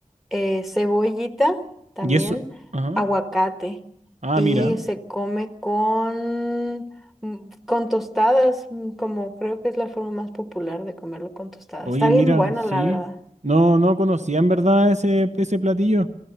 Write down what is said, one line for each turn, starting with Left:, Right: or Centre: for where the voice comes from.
Centre: eh, cebollita también,
Right: y eso, ajá,
Centre: aguacate,
Right: ah,
Centre: y
Right: mira.
Centre: se come con, mm, con tostadas, mm, como creo que es la forma más popular de comerlo con tostadas.
Right: Oye,
Centre: Está bien
Right: mira,
Centre: bueno,
Right: sí.
Centre: la verdad.
Right: No, no conocía en verdad ese, ese platillo.